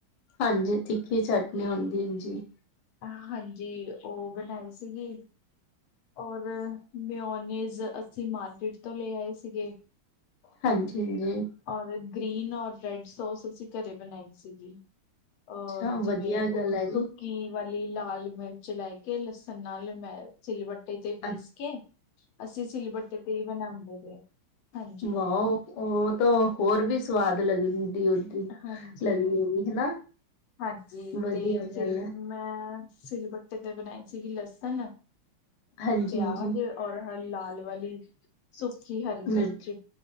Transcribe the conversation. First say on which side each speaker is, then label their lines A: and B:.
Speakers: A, on the left; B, on the left.
A: ਹਾਂਜੀ, ਤਿੱਖੀ ਚਟਨੀ ਹੁੰਦੀ ਜੀ।
B: ਹਾਂਜੀ, ਉਹ ਬਣਾਈ ਸੀਗੀ। ਔਰ ਮਿਓਨੀਜ਼ ਅਸੀਂ ਮਾਰਕੀਟ ਤੋਂ ਲੈ ਆਏ ਸੀਗੇ।
A: ਹਾਂਜੀ-ਹਾਂਜੀ,
B: ਔਰ ਗ੍ਰੀਨ ਔਰ ਰੈਡ ਸੋਸ ਅਸੀਂ ਘਰੇ ਬਣਾਈ ਸੀਗੀ।
A: ਅੱਛਾ
B: ਅਹ ਜਿਵੇਂ
A: ਵਧੀਆ ਗੱਲ
B: ਉਹ
A: ਹੈ
B: ਸੁੱਕੀ
A: ਜੀ
B: ਵਾਲੀ ਲਾਲ ਮਿਰਚ ਲੈ ਕੇ ਨਾਲ ਮੈਂ ਚਿਲਬੱਟੇ ਤੇ ਪੀਸ
A: ਅੱਛ-
B: ਕੇ, ਅਸੀਂ ਸਿਲਬੱਟੇ ਤੇ ਹੀ ਬਣਾਉਂਦੇ ਰਹੇ ਹਾਂਜੀ,
A: ਵਾਓ ਉਹ ਤਾਂ ਹੋਰ ਵੀ ਸਵਾਦ ਲੱਗਦੀ, ਉਹਦੀ
B: ਹਾਂਜੀ।
A: ਲਗੀ ਹੋਗੀ ਹਨਾ।
B: ਹਾਂਜੀ
A: ਵਧੀਆ
B: ਤੇ
A: ਗੱਲ
B: ਸਿਲ
A: ਹੈ
B: ਮੈਂ ਸਿਲਬੱਟੇ ਤੇ ਬਣਾਈ ਸੀਗੀ, ਲਸਣ
A: ਹਾਂਜੀ
B: ਪਿਆਜ,
A: ਹਾਂਜੀ
B: ਔਰ ਲਾਲ ਵਾਲੀ ਸੁੱਕੀ ਹਰੀ
A: ਨਿਰ
B: ਮਿਰਚ